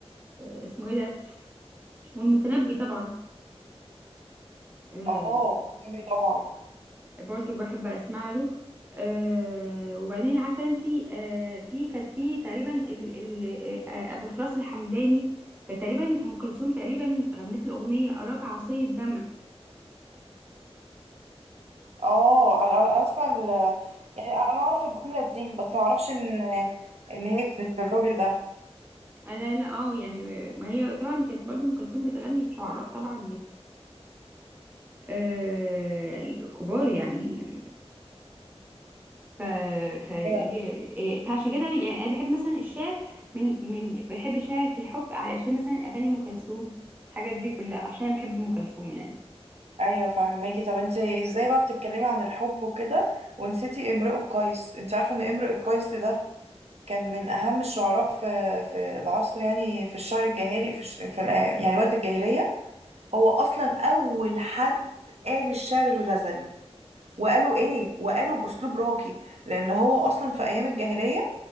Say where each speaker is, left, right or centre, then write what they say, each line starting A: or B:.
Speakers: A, on the right; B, on the right.
A: آه، اسمه ايه ده والمتنبي طبعا آه،
B: اه بتعمل بيه طبعا
A: برضو بحب اسمع له أه وبعدين عارفه انتي أه في كانت في تقريبا ال ال آه، ابو فراس الحمداني كان تقريبا ام كلثوم تقريبا غنت له اغنيه اراك عصي الدمع
B: اه انا انا أنا اسمع ال... يعني انا اعرف الجملة دي بس ما اعرفش ان ان هي كانت للراجل ده
A: آه لا لا اه يعني ما هي طبعا كانت برضو ام كلثوم بتغني لشعراء طبعا أه كبار يعني ف فهي
B: أيوة.
A: إيه، فعشان كده يعني انا بحب مثلا الشعر من من بحب الشعر في الحب علشان مثلا اغاني ام كلثوم الحاجات دي كلها عشان انا بحب ام كلثوم يعني
B: ايوه فهماكي طب انت ازاي بقى بتتكلمي عن الحب وكده ونسيتي امرؤ القيس انت عارفة ان امرؤ القيس ده كان من اهم الشعراء في في العصر يعني في الشعر الجاهلي في, الش... في ال... يعني وقت الجاهلية هو اصلا اول حد قال الشعر الغزلي وقالوا ايه وقالوا باسلوب راقي لان هو اصلا في ايام الجاهلية